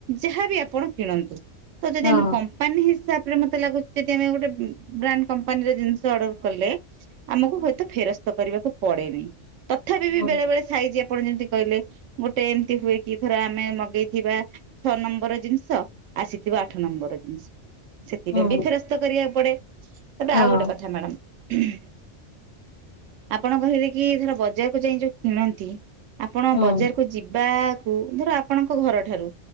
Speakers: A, on the right (about 85°); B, on the left (about 45°).
A: ଯାହାବି ଆପଣ କିଣନ୍ତୁ। ତ ଯଦି
B: ହଁ
A: ଆମେ କମ୍ପାନୀ ହିସାବ <inaudible> <unintelligible> ସେଠି ଆମେ ଗୋଟେ ବ୍ରାଣ୍ଡ କମ୍ପାନୀର ଜିନିଷ ଅର୍ଡର କଲେ ଆମକୁ ହୁଏତ ଫେରସ୍ତ କରିବାକୁ ପଡେନି। ତଥାପି
B: ହଁ
A: ବି
B: ହଁ
A: ବେଳେ ବେଳେ ସାଇଛି ଆପଣ ଯେମିତି କହିଲେ ଗୋଟେ ଏମିତି ହୁଏ କି ଧର ଆମେ ମଗେଇଥିବା ଛଅ ନମ୍ବର ଜିନିଷ ଆସିଥିବ ଆଠ ନମ୍ବର ଜିନିଷ ସେ
B: ହୁଁ
A: ବି ଫେରସ୍ତ କରିବାକୁ ପଡେ ତାପରେ
B: ହୁଁ ହଁ ହଁ ହଁ ହଁ
A: ଆଉ ଗୋଟେ କଥା ମ୍ୟାଡ଼ାମ ହୁଁ ଆପ କଣ କହିଲେ କି ଧର ବଜାରକୁ ଯାଇ ଯୋଉ କିଣନ୍ତି ଆପଣ
B: ହଁ
A: ବଜାରକୁ
B: ହଁ ହଁ
A: ଯିବାକୁ ଧର ଆପଣଙ୍କ ଘରଠାରୁ